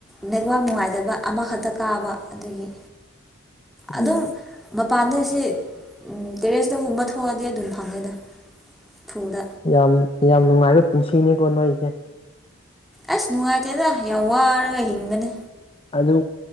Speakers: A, in the centre; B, on the left (about 25°).
A: ꯅꯦꯠꯋꯥꯛ ꯅꯨꯡꯉꯥꯏꯇꯕ ꯑꯃꯈꯛꯇ ꯀꯥꯕ ꯑꯗꯒꯤ꯫ ꯑꯗꯨꯝ꯫
B: ꯎꯝ
A: ꯃꯄꯥꯟꯗ ꯑꯁꯤ ꯇꯦꯔꯦꯁꯇꯒꯨꯝꯕ ꯊꯣꯛꯑꯗꯤ ꯑꯗꯨꯝ ꯐꯪꯉꯦꯗ ꯐꯨꯗ꯫
B: ꯌꯥꯝ ꯌꯥꯝ ꯅꯨꯡꯉꯥꯏꯕ ꯄꯨꯟꯁꯤꯅꯤꯀꯣ ꯅꯣꯏꯁꯦ꯫
A: ꯑꯁ ꯅꯨꯡꯉꯥꯏꯇꯦꯗ ꯌꯥꯝ ꯋꯥꯔꯒ ꯍꯤꯡꯒꯅꯤ꯫
B: ꯑꯗꯨ